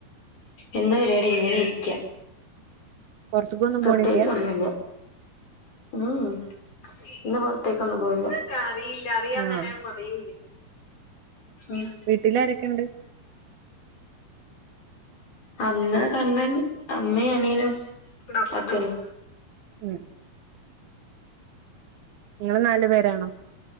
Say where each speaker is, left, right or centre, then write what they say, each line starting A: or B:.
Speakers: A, on the left; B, on the right.
A: എന്ന പരിപാടി ഇങ്ങനെ ഇരിക്കാ.
B: പുറത്തേക്കൊന്നും
A: പ്രത്യേകിച്ചൊന്നുല്ല.
B: പോണില്ല
A: ഉം. ഇന്ന് പൊറത്തേക്ക് ഒന്നും പോയില്ല. ക്ക് അറിയില്ല. അറിയാന്നേൻ
B: ആ
A: ഞാൻ പറയൂല്ലേ. ഉം.
B: വീട്ടില് ആരൊക്കെണ്ട്?
A: അമ്മ, കണ്ണൻ, അമ്മേം, അനിയനും, അച്ഛനും.
B: മ്മ് നിങ്ങള് നാല് പേരാണോ